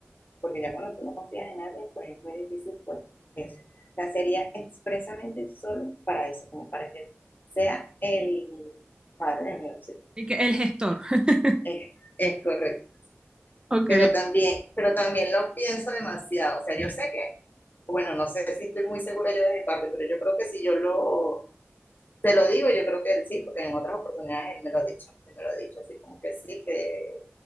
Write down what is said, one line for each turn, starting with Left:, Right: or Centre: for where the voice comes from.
Left: porque ya cuando tú no confías en alguien, pues es muy difícil, pues eso. O sea, sería expresamente solo para eso, como para que sea el padre de mi hijos.
Right: y que el gestor. <laughs>
Left: Es, es correcto.
Right: Ok.
Left: Pero también, pero también lo pienso demasiado. O sea, yo sé que, bueno, no sé si estoy muy segura yo de mi parte, pero yo creo que si yo lo te lo digo, yo creo que él sí, porque en otras oportunidades él me lo ha dicho, él me lo ha dicho así como que sí, que,